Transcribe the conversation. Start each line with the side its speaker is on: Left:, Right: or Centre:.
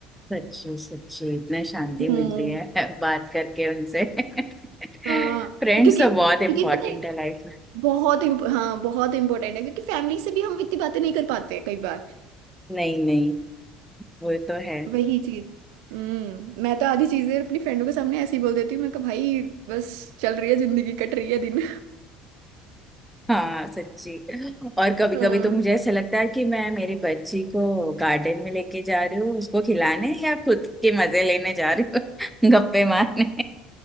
Centre: सच्ची सच्ची इतना शांति
Right: हम्म
Centre: मिलती है <laughs> बात करके उनसे <laughs>
Right: हाँ
Centre: फ्रेंड्स
Right: क्योंकि
Centre: तो
Right: क्योंकि
Centre: बहुत इम्पोर्टेंट
Right: पता है
Centre: है लाइफ में
Right: बहुत इम्प- हाँ बहुत इम्पोर्टेंट है क्योंकि फैमिली से भी हम इतनी बातें नहीं कर पाते हैं कई बार
Centre: नहीं नहीं वो तो है
Right: वही चीज हम्म मैं तो आधी चीजें अपनी फ्रेंडों के सामने ऐसे ही बोल देती हूँ मैं कहा भाई बस चल रही है जिंदगी कट रही है दिन
Centre: हाँ सच्ची और कभी
Right: हाँ
Centre: कभी तो मुझे ऐसा लगता है कि मैं मेरी बच्ची को गार्डन में लेके जा रही हूँ उसको खिलाने या खुद के मजे लेने जा रही हूँ <laughs> गप्पे मारने